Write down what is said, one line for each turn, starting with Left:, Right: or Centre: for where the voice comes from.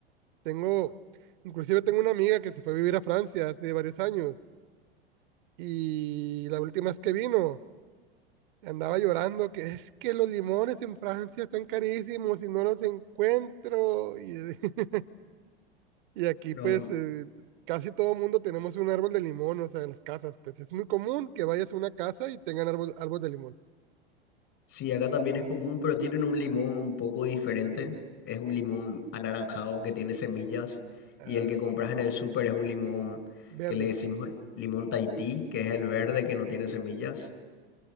Right: Tengo, inclusive tengo una amiga que se fue a vivir a Francia hace varios años y la última vez que vino andaba llorando que es que los limones en Francia están carísimos y no los encuentro. Y <laughs> Y aquí,
Left: No,
Right: pues, eh, casi todo mundo tenemos un árbol de limón, o sea, en las casas, pues es muy común que vayas a una casa y tengan árbol, árbol de limón.
Left: Sí, acá también es común, pero tienen un limón un poco diferente. Es un limón anaranjado que tiene semillas
Right: Ah,
Left: y el que compras en el súper es un limón
Right: verde.
Left: que le decimos limón Tahití, que es el verde que no tiene semillas.